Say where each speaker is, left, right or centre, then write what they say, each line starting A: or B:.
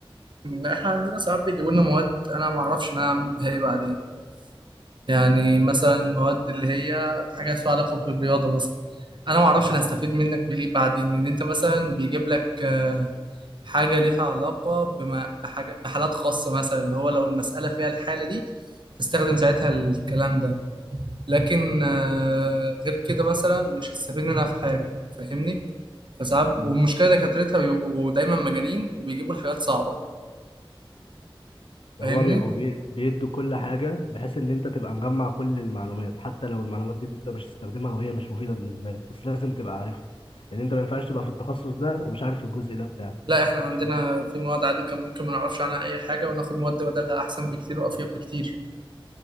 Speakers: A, on the right; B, on the left.
A: لا احنا عندنا ساعات بيجيبوا لنا مواد انا ما اعرفش انا هعمل بيها ايه بعدين يعني
B: بالظبط
A: مثلا مواد اللي هي حاجات لها علاقه بالرياضه مثلا انا ما اعرفش انا هستفيد منك بايه بعدين لان انت مثلا بيجيب لك آه، حاجة ليها علاقة بما بحاجة بحالات خاصة مثلا اللي هو لو المسألة فيها الحالة دي تستخدم ساعتها الكلام ده لكن آه، غير كده مثلا مش هتستفيد منها في حاجة فاهمني فساعات
B: مم.
A: والمشكلة دكاترتها بيبقوا دايما مجانين وبيجيبوا الحاجات صعبة فاهمني
B: هما بيبقوا بي- بيدوا كل حاجة بحيث إن أنت تبقى مجمع كل المعلومات حتى لو المعلومات دي أنت مش هتستخدمها وهي مش مفيدة بالنسبة لك بس لازم تبقى عارفها لأن أنت ما ينفعش تبقى في التخصص ده ومش عارف الجزء ده بتاعك
A: لا احنا عندنا
B: فاهم
A: في مواد عادي كان ممكن ما نعرفش عنها أي حاجة وناخد مواد بدلها أحسن بكتير وأفيد بكتير